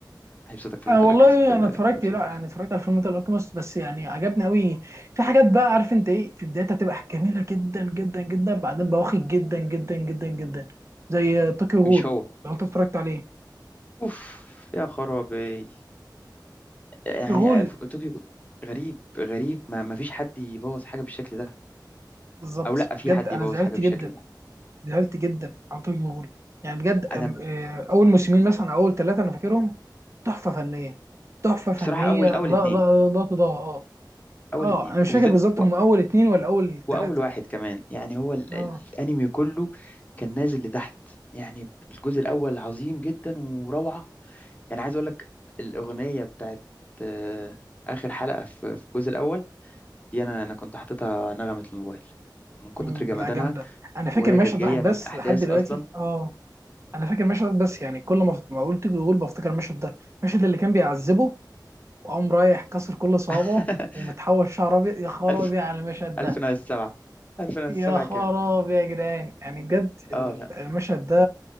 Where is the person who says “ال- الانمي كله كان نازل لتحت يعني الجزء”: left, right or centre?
Left